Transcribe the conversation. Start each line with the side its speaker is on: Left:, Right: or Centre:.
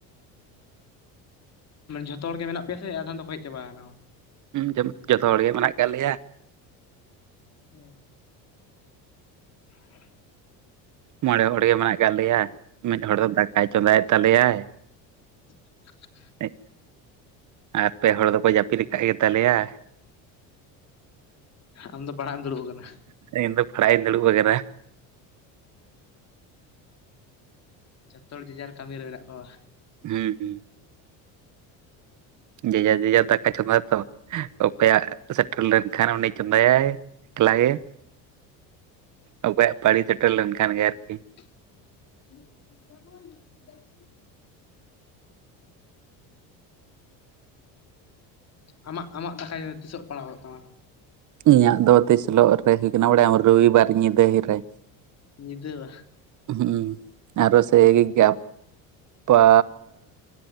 Left: ᱡᱷᱚᱛᱚ ᱦᱚᱲ ᱜᱮ ᱢᱮᱱᱟᱜ ᱯᱮᱭᱟ ᱥᱮ, ᱟᱫᱷᱟᱱ ᱫᱚᱠᱚ ᱦᱮᱡ ᱪᱟᱵᱟ ᱟᱠᱟᱱᱟ ᱠᱚ᱾
Right: ᱡᱚᱢ ᱡᱷᱚᱛᱚ ᱦᱚᱲ ᱜᱮ ᱢᱮᱱᱟᱜ ᱟᱠᱟᱫ ᱞᱮᱭᱟ᱾
Left: ᱦᱩᱸ <inaudible> <inaudible>
Right: ᱢᱚᱬᱮ ᱦᱚᱲ ᱜᱮ ᱢᱮᱱᱟᱜ ᱟᱠᱟᱫ ᱞᱮᱭᱟ, ᱢᱤᱫ ᱦᱚᱲ ᱫᱚ ᱫᱟᱠᱟᱭ ᱪᱚᱸᱫᱟᱭᱮᱫ ᱛᱟᱞᱮᱭᱟᱭ᱾
Left: <inaudible>
Right: ᱮᱭ ᱟᱨ ᱯᱮ ᱦᱚᱲ ᱫᱚᱠᱚ ᱡᱟᱹᱯᱤᱫ ᱟᱠᱟᱫ ᱜᱮᱛᱟ ᱞᱮᱭᱟ᱾
Left: ᱟᱢ ᱫᱚ ᱯᱟᱲᱦᱟᱜ ᱮᱢ ᱫᱩᱲᱩᱵ ᱟᱠᱟᱱᱟ?
Right: ᱤᱧ ᱫᱚ ᱯᱟᱲᱦᱟᱜ ᱤᱧ ᱫᱩᱲᱩᱵ ᱟᱠᱟᱱᱟ᱾
Left: ᱡᱷᱚᱛᱚ ᱦᱚᱲ ᱡᱮ ᱡᱟᱨ ᱠᱟᱹᱢᱤ ᱨᱮ ᱢᱮᱱᱟᱜ ᱠᱚᱣᱟ ᱵᱟ?
Right: ᱦᱩᱸ ᱦᱩᱸ᱾ ᱡᱮ ᱡᱟᱨ ᱡᱮ ᱡᱟᱨ ᱫᱟᱠᱟ ᱪᱚᱸᱫᱟ ᱛᱚ᱾ ᱚᱠᱚᱭᱟᱜ ᱥᱮᱴᱮᱨ ᱞᱮᱱᱠᱷᱟᱱ ᱩᱱᱤ ᱪᱚᱸᱫᱟᱭᱟᱭ ᱮᱠᱞᱟ ᱜᱮ ᱚᱠᱚᱭᱟᱜ ᱯᱟᱨᱤ ᱥᱮᱴᱮᱨ ᱞᱮᱱᱠᱷᱟᱱ ᱜᱮ ᱟᱨᱠᱤ
Left: <unintelligible> ᱟᱢᱟᱜ ᱟᱢᱟᱜ ᱫᱟᱠᱟ <unintelligible> ᱛᱤᱥᱚᱜ ᱯᱟᱲᱟᱣᱚᱜ ᱛᱟᱢᱟ
Right: ᱤᱧᱟᱹᱜ ᱫᱚ ᱛᱤᱥᱤᱞᱚᱜ ᱨᱮ ᱦᱳ ᱠᱟᱱᱟ ᱵᱟᱲ ᱨᱚᱵᱤᱵᱟᱨ ᱧᱤᱫᱟᱹᱦᱤ ᱨᱮ
Left: ᱧᱤᱫᱟ. ᱵᱟ
Right: ᱦᱩᱸ ᱟᱨᱚ ᱥᱮᱜ <unintelligible> ᱜᱟᱯᱟ